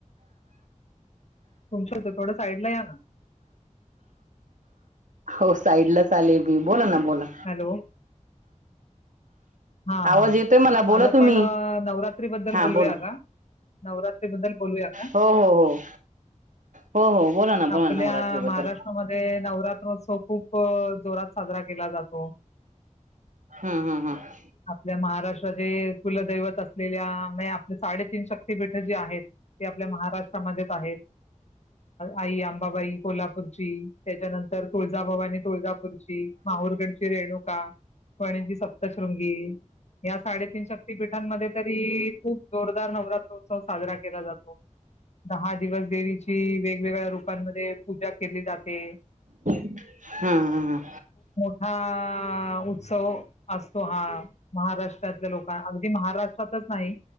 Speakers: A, on the left (about 60°); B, on the right (about 75°).
A: तुमच्या थोड साईडला या ना
B: हो, साईडलाच आले मी. बोला ना बोला
A: हॅलो हा
B: आवाज
A: हा,
B: येतोय मला बोला
A: आज आपण
B: तुम्ही
A: नवरात्री बद्दल
B: हा
A: बोलूया
B: बोला
A: का? नवरात्री बद्दल बोलूया का?
B: हो हो हो हो हो बोला ना बोला
A: आपल्या
B: ना नवरात्रीबद्दल
A: महाराष्ट्रामध्ये नवरात्रोत्सव खूप जोरात साजरा केला जात् हो
B: हं, हं, हं
A: आपल्या महाराष्ट्र जे कुलदैवत अस दिल्या आपले साडेतीन शक्तीपीठ जी आहेत, ते आपल्या महाराष्ट्रामध्येच आहेत. आई अंबाबाई कोल्हापूरची, त्याच्यानंतर तुळजाभवानी तुळजा पूरची, माहूरगडची रेणुका पणजी स प्तश्रुंगी या साडेतीन शक्तीपीठांमध्ये तरी, खूप जोरदार नवरात्र हो उत्सव साजरा केला जातो. दहा दिवस देवीची वेगवेगळ्या रूपांमध्ये पूजा केली जाते
B: हम्म हम्म
A: हा उत्सव असतो हा महाराष्ट्रातल्या लोका, अगदी महाराष्ट्रातच नाही